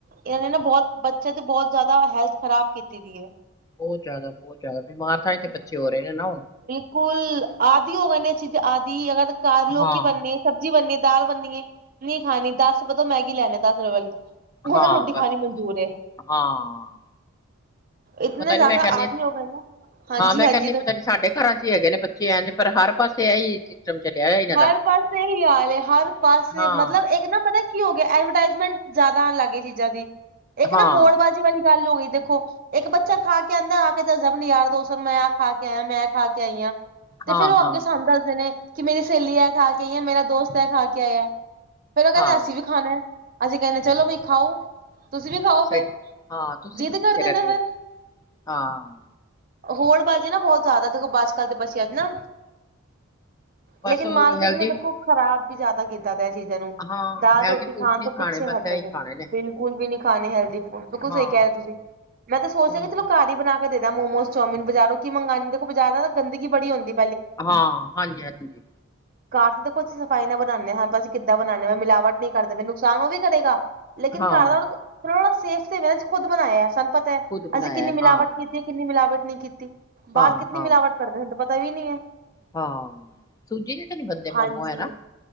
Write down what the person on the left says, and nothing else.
ਬਹੁਤ ਜ਼ਿਆਦਾ ਬਹੁਤ ਜ਼ਿਆਦਾ ਬਿਮਾਰ ਤਾਂਈ ਤੇ ਬੱਚੇ ਹੋ ਰਹੇ ਨੇ ਨਾ ਹੁਣ।
ਹਾਂ।
ਹਾਂ
ਬਸ
ਬਸ
ਹਾਂ
ਪਤਾ
ਨੀ ਮੈਂ ਕਹਿੰਦੀ
ਹਾਂ ਮੈਂ
ਕਹਿੰਦੀ
ਪਤਾ ਨੀ ਸਾਡੇ ਘਰਾਂ ਚ ਹੀ ਹੈਗੇ ਨੇ ਬੱਚੇ ਇੰਜ ਪਰ ਹਰ। ਪਾਸੇ ਇਹੀ ਸਿਸਟਮ ਚਲਿਆ ਹੋਇਆ ਇਹਨਾਂ
ਦਾ
ਹਾਂ
ਹਾਂ
ਹਾਂ
ਹਾਂ
ਹਾਂ
ਸਹੀ
ਹਾਂ ਤੁਸੀਂ
ਕਿਉਂ ਪਿੱਛੇ
ਰਹਿੰਦੇ
ਹੋ ਹਾਂ
ਬਸ
ਉਹ
ਹੈਲਦੀ
ਹਾਂ
ਹੈਲਦੀ
ਫੂਡ ਨੀ
ਖਾਣੇ
ਬਸ
ਇਹੀ
ਖਾਣੇ
ਹਾਂ
ਉਹੀ
ਨਾ
ਹਾਂ, ਹਾਂਜੀ- ਹਾਂਜੀ।
ਹਾਂ
ਖੁਦ ਬਣਾਇਆ
ਹਾਂ
ਹਾਂ
ਹਾਂ
ਹਾਂ, ਸੂਜੀ ਦੇ ਤੇ ਨੀ ਬਨਦੇ
ਮੋਮੋ ਹੈ ਨਾ।